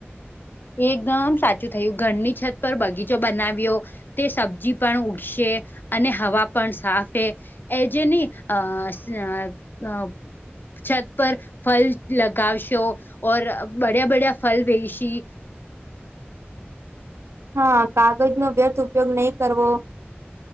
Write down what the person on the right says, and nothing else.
હા કાગજ નો વ્યર્થ ઉપયોગ નહીં કરવો.